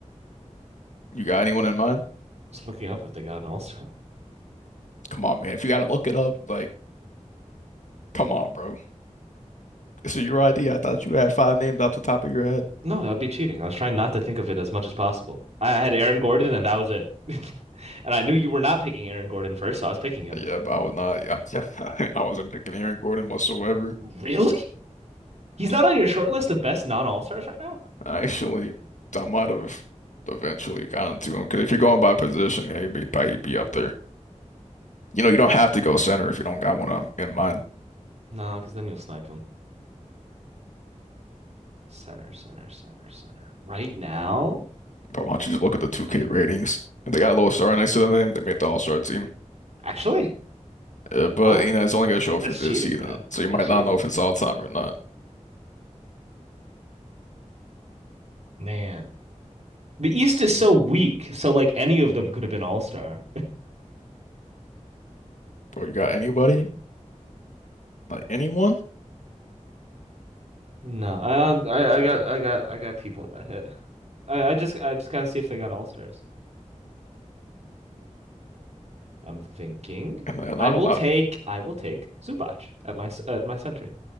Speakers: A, on the left (about 75°); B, on the right (about 60°).
A: You got anyone in mind?
B: Just looking up if they got an All-Star.
A: Come on, man. If you gotta look it up, like, come on, bro. This is your idea. I thought you had five names off the top of your head.
B: No, that would be cheating. I was trying not to think of it as much as possible. I had Aaron Gordon, and that was it. <laughs> And I knew you were not picking Aaron Gordon first, so I was picking him.
A: Yeah, but I was not. I, <laughs> I wasn't picking Aaron Gordon whatsoever.
B: Really? He's not on your short list of best non-all-stars right now?
A: Actually, I might have eventually gotten to him because if you're going by position, yeah, he'd be, probably be up there. You know, you don't have to go center if you don't got one um, in mind.
B: No, because then you'll snipe him. Center, center, center, center. Right now?
A: But why don't you just look at the 2K ratings? If they got a little star next to their name, they made the All-Star team.
B: Actually,
A: Uh, but
B: What?
A: you know, it's only gonna show for
B: that's
A: this
B: cheating,
A: season,
B: though.
A: so you
B: That's
A: might
B: cheating.
A: not know if it's all time or not.
B: Man. The East is so weak, so like any of them could have been all-star.
A: Bro, you got anybody? Like anyone?
B: No. Um, I, I got I got I got people in my head. I, I just I just gotta see if they got all stars. I'm thinking
A: And a lot,
B: I will
A: a lot,
B: take I will take Zubac at my at my center.